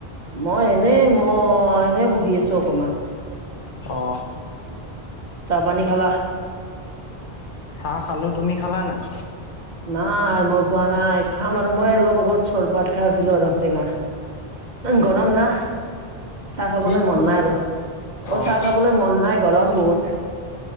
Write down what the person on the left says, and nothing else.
অহ।
চাহ খালো। তুমি খালা নাই?
কি
অহ